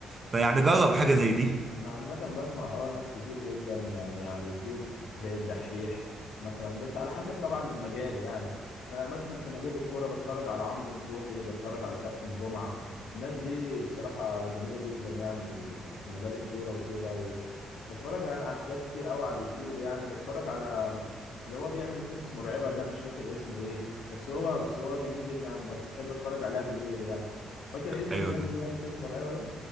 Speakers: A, on the right; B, on the left.
A: فيعني جرب حاجه زي دي
B: انا عامه بسمع اه ناس كتير جدا يعني على اليوتيوب زي الدحيح مثلا بس على حسب طبعا المجال يعني آه مثلا في مجال الكوره بتفرج على عمرو نصوحي بتفرج على كابتن جمعه الناس دي بصراحه جميله جدا يعني في ال- في مجال الكوره وكده وبتفرج يعني على حاجات كتير قوي على اليوتيوب يعني وبتفرج على اللي هو بيعمل قصص مرعبه ده مش فاكر اسمه ايه بس هو بس هو جميل جدا يعني بحب اتفرج عليها بالليل يعني فاكر اسمه
A: ايوه
B: ده اللي بيعمل قصص مرعبه ده